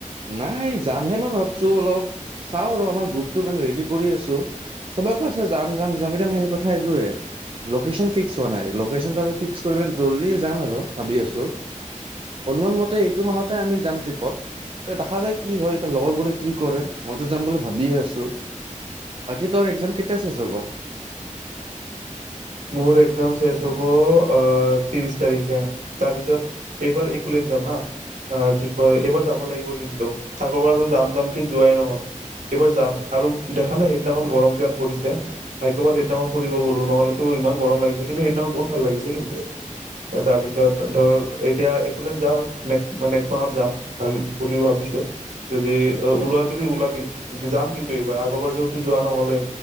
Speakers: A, on the right; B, on the right.
A: নাই যামহে মই ভাবছো অলপ চাও আৰু আমাৰ গ্ৰুপটো মানে ৰেডি কৰি আছো চবে কৈছে যাম যাম যাম এতিয়া মেইন কথা এটোৱে লকেচন ফিস্ক হোৱা নাই লকেচন ফিস্ক কৰিবলে জল্দি যাম আৰু ভাবি আছো অনুমান মতে এইটো মাহেকে আমি যাম ট্ৰিপ এতিয়া দেখা যায় কি হয়, এতিয়া লগৰ বোৰে কি কৰে মইতো যাম বুলি ভাবিয়ে আছো। বাকী তোৰ এক্জাম কেতিয়া শেষ হ'ব?
B: উম- মোৰ এক্জাম শেষ হ'ব ত্ৰিশ তাৰিখে, তাৰপিছত এইবাৰ যাম হা অ কি কয় এইবাৰ যাব লাগিব কিন্তু, আগৰ বাৰ যাম যাম কি যোৱাই নহ'ল। এইবাৰ যাম আৰু দেখা নাই সেইদিনাখন গৰম কিমান পৰিছে, ভাগ্য ভাল সেইদিনাখন ফুৰিব গলো, নহ'লে ত ইমান গৰম লাগিছে, কিন্তু সেইদিনা বহুত ভাল লাগিছে কিন্তু। তাৰ পিছত ধৰ এতিয়া এক'লেণ্ড যাও, নেক্স নেক্স মাহত যাম ভাল বুলি ভাবিছোঁ। যদি ওলোৱা যদি ওলাবি, যাম কিন্তু এইবাৰ আগৰবাৰ তো যোৱা নহ'লে।